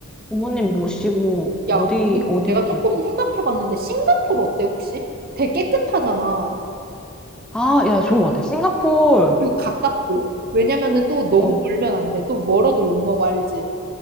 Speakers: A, in the centre; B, on the right.
A: 부모님 모시고,
B: 야,
A: 어디,
B: 근데
A: 어디를
B: 내가 조금
A: 가야 돼?
B: 생각해봤는데, 싱가포르 어때, 혹시? 되게 깨끗하잖아.
A: 아, 야, 좋은 것 같아. 싱가포르,
B: 그리고 가깝고. 왜냐면은 또 너무
A: 어, 어,
B: 멀면 안 돼. 또 멀어도 욕먹어, 알지?